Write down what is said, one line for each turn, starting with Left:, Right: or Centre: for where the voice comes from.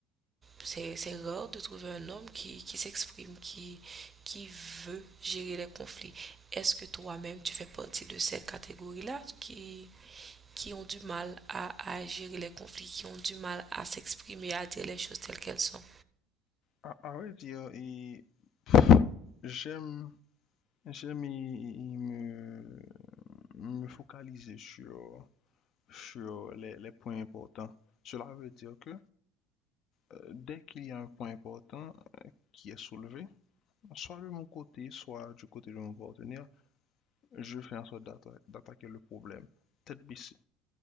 Right: c'est rare de trouver un homme qui, qui s'exprime, qui, qui veut gérer les conflits. Est-ce que toi-même, tu fais partie de cette catégorie-là qui, qui ont du mal à, à gérer les conflits, qui ont du mal à s'exprimer, à dire les choses telles qu'elles sont?
Left: À, à vrai dire, et, pff, j'aime, j'aime et- et me me focaliser sur, sur les, les points importants. Cela veut dire que euh, dès qu'il y a un point important qui est soulevé, soit de mon côté, soit du côté de mon partenaire, je fais en sorte d'attaquer le problème tête baissée